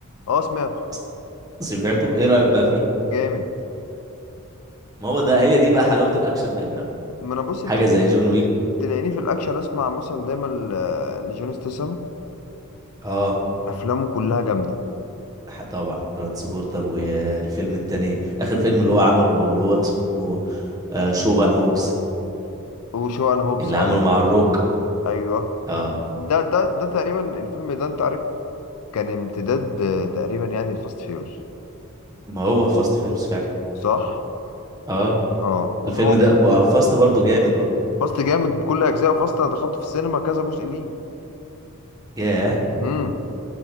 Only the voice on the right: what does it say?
<laughs> س- سمعته ايه رأيك بقى فيه
ما هو ده هي دي بقى حلاوة الاكشن الاجنبي
حاجة
زي جون ويك
اه
ح- طبعا ترانسبورتر والفيلم التاني اخر فيلم اللي هو عمله اللي هو اسمه آه شو ان هوبز
اللي
عمله مع الروك
اه
ما هو فاست فيرس فعلا
اه
الفيلم ده فاست برضو جامد برضو
ياه